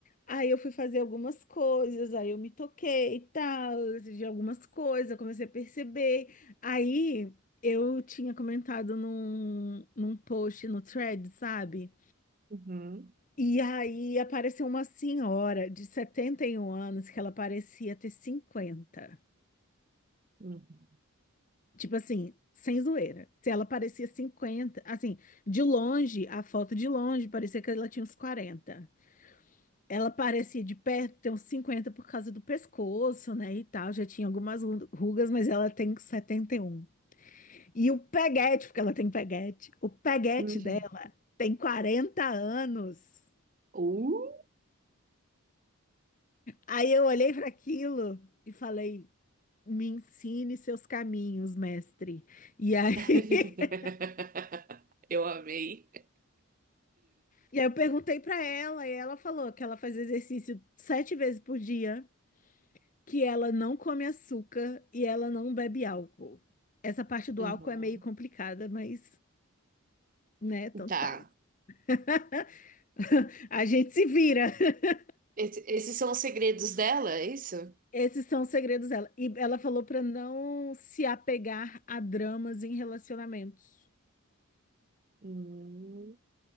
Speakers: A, on the left; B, on the right.
A: aí eu fui fazer algumas coisas, aí eu me toquei e tal, de algumas coisas, eu comecei a perceber. Aí eu tinha comentado num, num post no thread, sabe?
B: Uhum.
A: E aí apareceu uma senhora de setenta e um anos que ela parecia ter cinquenta,
B: Uhum.
A: Tipo assim, sem zoeira. Se ela parecia 50, assim, de longe, a foto de longe parecia que ela tinha uns 40. Ela parecia de perto ter uns 50 por causa do pescoço, né, e tal. Já tinha algumas ru- rugas, mas ela tem setenta E um. E o peguete, porque ela tem peguete, o peguete
B: Uhum.
A: dela tem 40 anos.
B: Uh!
A: Aí eu olhei para aquilo e falei Me ensine seus caminhos, mestre. E aí,
B: <laughs>
A: <laughs>
B: Eu amei.
A: e aí eu perguntei para ela, e ela falou que ela faz exercício sete vezes por dia, que ela não come açúcar e ela não bebe álcool. Essa parte do
B: Uhum.
A: álcool é meio complicada, mas, né, tanto
B: Tá.
A: faz. <laughs> A gente se vira. <laughs>
B: Esse- esses são os segredos dela, é isso?
A: Esses são os segredos dela. E ela falou para não se apegar a dramas em relacionamentos,
B: Hum,